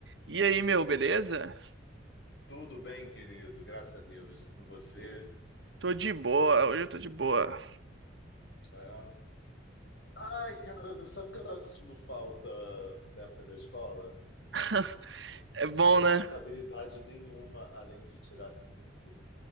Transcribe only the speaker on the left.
Tudo bem, querido, graças a Deus. E Com você?
É. Ai, cara, você sabe que eu tava sentindo falta da época da escola?
Não
não
ter responsabilidade
nenhuma além de tirar cinco.